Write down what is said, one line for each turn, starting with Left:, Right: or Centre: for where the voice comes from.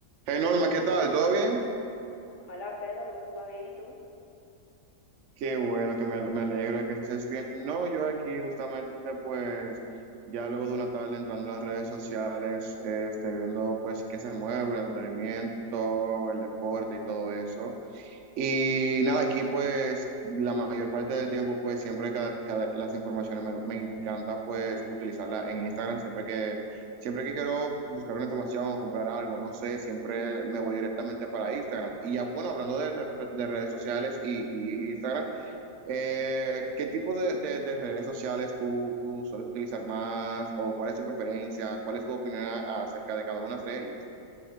Right: Hey Norma, ¿qué tal? ¿Todo bien?
Left: Hola Pedro, ¿todo bien? ¿Y tú?
Right: Qué bueno, que me, me alegro de que estés bien. No, yo aquí justamente pues ya luego de una tarde entrando a las redes sociales, este, viendo pues qué se mueve, el entretenimiento, el deporte y todo eso. Y nada, aquí pues la mayor parte del tiempo pues siempre cada, cada- las informaciones me, me encanta pues utilizarla en Instagram siempre que siempre que quiero buscar una información o comprar algo, no sé, siempre me voy directamente para Instagram. Y ya bueno, hablando de, re- de redes sociales y, y Instagram, eh, ¿qué tipo de, de- de redes sociales tú sueles utilizar más o cuál es tu preferencia? ¿Cuál es tu opinión a- acerca de cada una de ellas?